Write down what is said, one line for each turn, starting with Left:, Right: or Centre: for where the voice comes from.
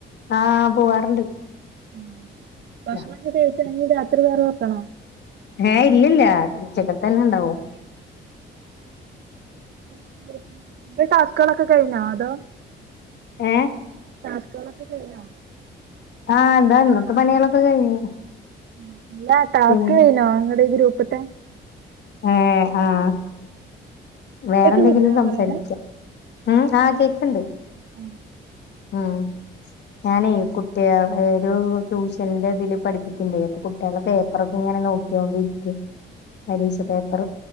Left: ആഹ് പോവാറുണ്ട്
Right: ഉം ഭക്ഷണൊക്കെ
Left: ലാ
Right: കഴിച്ചോ ഇനി രാത്രി വേറെ വെക്കണോ?
Left: ഏഹ് ഇല്ലില്ല ഉച്ചക്കത്തന്നെ ഇണ്ടാവും
Right: <unintelligible> ടാസ്ക്കുകളൊക്കെ കഴിഞ്ഞ അതോ
Left: ഏ
Right: ടാസ്ക്കുകളൊക്കെ കഴിഞ്ഞോ?
Left: ആഹ് ഇതാ ഇന്നത്തെ പണികളൊക്കെ കഴിഞ്ഞു
Right: ഉം അല്ല ടാസ്ക്
Left: ഉം
Right: കഴിഞ്ഞോ ഇങ്ങടെ ഗ്രൂപ്പ്ത്തെ
Left: ഏഹ് ആഹ് വേറെന്തെങ്കിലും
Right: കേക്കുന്നില്ലേ ഞാൻ
Left: സംസാരിക്കാ
Right: പറയണേ
Left: ഏഹ് ആഹ് കേക്കണ്ട്
Right: ഉം
Left: ഉം ഞാനേ കുട്ടികളെ ഒരു ട്യൂഷന്റെ ഇതിൽ പഠപ്പിക്കണ്ടേ അപ്പൊ കുട്ടികളെ പേപ്പറൊക്കെ ഇങ്ങനെ നോക്ക നോക്കിയോണ്ട് ഇരിക്ക പരീക്ഷ പേപ്പർ